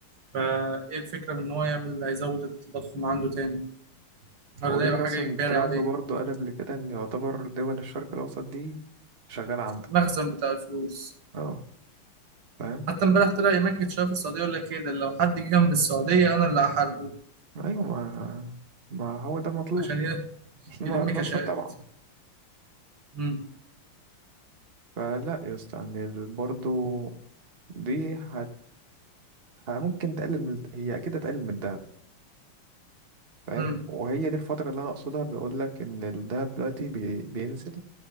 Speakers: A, on the right (about 80°); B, on the right (about 30°).
A: فايه الفكرة من ان هو يعمل هيزود التضخم عنده تاني ولا
B: هو
A: ده
B: كده
A: يبقى
B: كده
A: حاجة
B: أصلا
A: اجباري
B: ترامب
A: عليه
B: برضو قال قبل كده إن يعتبر دول الشرق الأوسط دي شغالة عنده
A: المخزن بتاع الفلوس
B: اه فاهم
A: حتى امبارح طلع يمجد شوية في السعودية يقول لك ايه ده لو حد جه جنب السعودية انا اللي هحاربه
B: ايوه ما ما هو ده المطلوب
A: عشان ي-
B: مش ما
A: يلم
B: اعتبر
A: كاشات
B: تبعه
A: امم
B: فلا يا اسطى يعني برضه دي هت ه- ممكن تقلل من هي اكيد هتقلل من الدهب فاهم
A: امم
B: وهي دي الفترة اللي انا اقصدها بقول لك ان الدهب دلوقتي بي... بينزل